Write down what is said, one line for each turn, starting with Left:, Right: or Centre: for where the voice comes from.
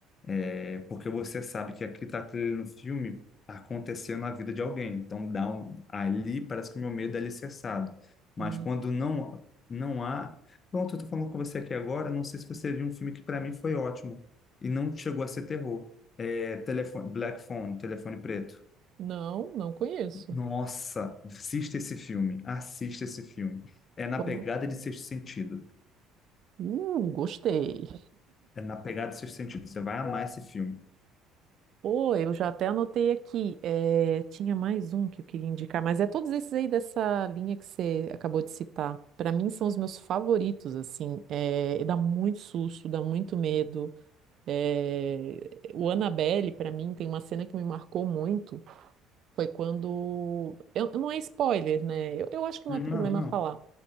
Left: é, porque você sabe que aqui está aquilo no filme aconteceu na vida de alguém. Então dá um, ali parece que o meu medo é alicerçado. Mas
Right: Hum,
Left: quando não não há, pronto, eu tô falando com você aqui agora, não sei se você viu um filme que para mim foi ótimo e não chegou a ser terror. É, telefone, Black Phone, Telefone Preto.
Right: não, não conheço.
Left: Nossa, assista esse filme, assista esse filme. É na
Right: Vamos-
Left: pegada de Sexto Sentido.
Right: Uh, gostei.
Left: É na pegada de Sexto Sentido. Você vai amar esse filme.
Right: Pô, eu já até anotei aqui. É, tinha mais um que eu queria indicar, mas é todos esses aí dessa linha que você acabou de citar. Pra mim são os meus favoritos, assim. É, dá muito susto, dá muito medo. É, o Annabelle, pra mim, tem uma cena que me marcou muito. Foi quando. Eu, não é spoiler, né? Eu, eu acho que não
Left: Não,
Right: é problema
Left: não.
Right: falar.